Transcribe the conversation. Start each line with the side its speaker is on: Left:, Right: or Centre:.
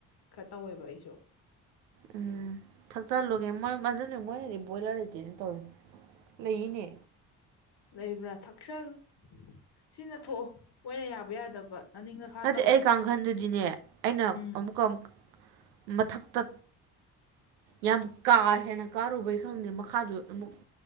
Left: ꯈꯔ ꯇꯧꯋꯦꯕ ꯑꯩꯁꯨ
Right: ꯎꯝ ꯊꯛꯆꯜꯂꯨꯒꯦ ꯃꯣꯏ ꯃꯗꯨꯅꯤ ꯃꯣꯏꯅꯗꯤ ꯕꯣꯏꯂꯔ ꯂꯩꯇꯦꯅꯦ ꯇꯧꯔꯤꯁꯦ ꯂꯩꯌꯦꯅꯦ
Left: ꯂꯩꯕ꯭ꯔꯥ ꯊꯛꯆꯟꯂꯨ ꯁꯤꯅꯊꯣꯛꯑꯣ ꯃꯣꯏꯅ ꯌꯥꯕ ꯌꯥꯗꯕ ꯅꯅꯤꯡ ꯅꯈꯥ
Right: ꯅꯠꯇꯦ
Left: ꯇꯧꯔꯣ
Right: ꯑꯩ ꯀꯥꯡꯈꯟꯗꯨꯗꯤꯅꯦ ꯑꯩꯅ
Left: ꯎꯝ
Right: ꯑꯃꯨꯛꯀ ꯑꯃꯨꯛ ꯃꯊꯛꯇ ꯌꯥꯝ ꯀꯥ ꯍꯦꯟꯅ ꯀꯥꯔꯨꯕꯩ ꯈꯪꯗꯦ ꯃꯈꯥꯗꯣ ꯑꯃꯨꯛ